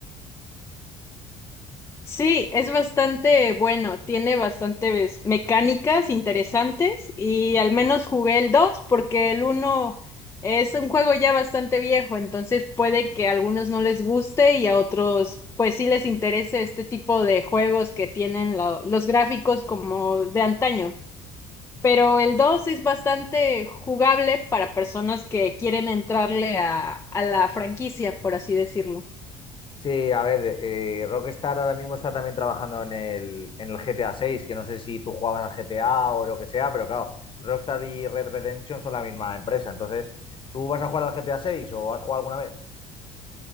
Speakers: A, on the left; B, on the left.
A: Sí, es bastante bueno, tiene bastantes mecánicas interesantes y al menos jugué el 2 porque el uno es un juego ya bastante viejo, entonces puede que a algunos no les guste y a otros pues sí les interese este tipo de juegos que tienen la- los gráficos como de antaño. Pero el 2 es bastante jugable para personas que quieren entrarle a, a la franquicia, por así decirlo.
B: Sí, a ver, eh, Rockstar ahora mismo está también trabajando en el, en el GTA 6, que no sé si tú jugabas al GTA o lo que sea, pero claro, Rockstar y Red Redemption son la misma empresa. Entonces, ¿tú vas a jugar al GTA 6 o has jugado alguna vez?